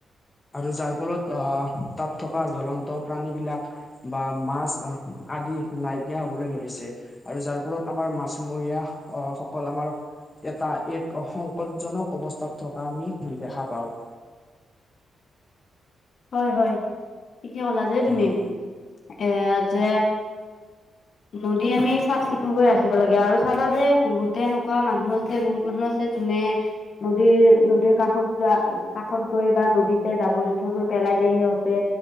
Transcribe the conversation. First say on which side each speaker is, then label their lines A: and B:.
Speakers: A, on the left; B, on the left.
A: আৰু যাৰ ফলত আহ তাত থকা জ্বলন্ত প্ৰাণী বিলাক- বা মাছ আদি নাইকিয়া হবলৈ ধৰিছে আৰু যাৰ ফলত আমাৰ মাছমৰীয়া- অ সকল আমাৰ- এটা এক সংকটজনক অৱস্থাত থকা আমি দেখা পাঁও।
B: হয় -হয় ঠিকে কলা যে
A: হয়।
B: তুমি। এ যে নদী আমি চাফ-চিকুণ কৰি ৰাখিব লাগে আৰু চাবা যে বহুতে এনেকুৱা মানুহ আছে বহুত বহুত মানুহ আছে যোনে নদীৰ নদীৰ কাষত যোৱা কাষত গৈ বা নদীতে জাবৰ জোথৰবোৰ? পেলাই দিয়ে সিহঁতে,